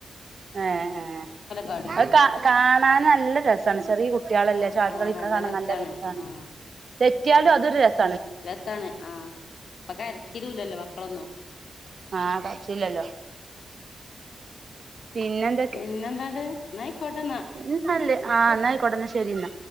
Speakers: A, on the right; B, on the left.
A: ഏഹ്
B: കളി
A: ‌ഹേഹ് അത് കാ കാണാന് നല്ലെ രസണ്ട് ചെറീ കു കുട്ട്യേളല്ലേ
B: ആഹ്
A: ചാടികളിക്ക്ണ
B: ആഹ് നല്ല
A: കാണാ നല്ലെ രസാണ്
B: ആഹ്
A: തെറ്റ്യാലും അതൊരു രസ
B: രസാണ് ആ ഇപ്പം കരച്ചിലൂല്ലല്ലോ മക്കളൊന്നും
A: ആഹ്‌ <unintelligible> പിന്നെൻ
B: പിന്നെൻന്താണ്ട് ഇന്ന അയിക്കോട്ടന്നാ
A: ഇന്ന നല്ലേ ആഹ് ഇന്നയികോട്ടെന്ന ശെരിന്ന